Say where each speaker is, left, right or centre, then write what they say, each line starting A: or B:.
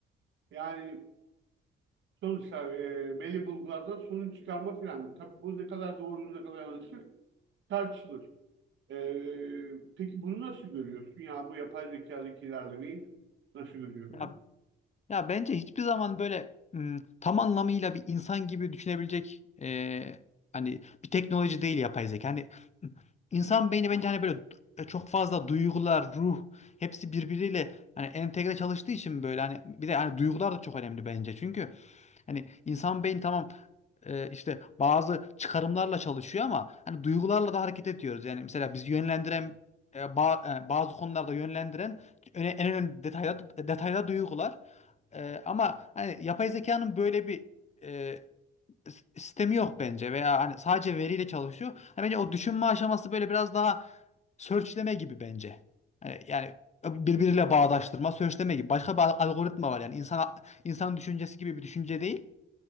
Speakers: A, on the right (about 70°); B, on the left (about 35°).
A: Yani sonuçlar, e, belli bulgulardan sonuç çıkarma filan. Tabii bu ne kadar doğru ne kadar yanlıştır tartışılır. E, peki bunu nasıl görüyorsun? Ya bu yapay zekadaki ilerlemeyi nasıl görüyorsun?
B: Ya ya bence hiçbir zaman böyle m, tam anlamıyla bir insan gibi düşünebilecek e, hani bir teknoloji değil yapay zeka. Hani m, insan beyni bence hani böyle e, çok fazla duygular, ruh hepsi birbiriyle hani entegre çalıştığı için böyle hani bir de hani duygular da çok önemli bence. Çünkü Hani insan beyni tamam e, işte bazı çıkarımlarla çalışıyor ama hani duygularla da hareket ediyoruz. Yani mesela bizi yönlendiren e, ba- e, bazı konularda yönlendiren öne- en önemli detayda detayda duygular. E, ama hani yapay zekanın böyle bir e, s- sistemi yok bence veya hani sadece veriyle çalışıyor. Hani bence o düşünme aşaması böyle biraz daha searchleme gibi bence. Hani yani birbiriyle bağdaştırma, searchleme gibi. Başka bir algoritma var yani insan insan düşüncesi gibi bir düşünce değil.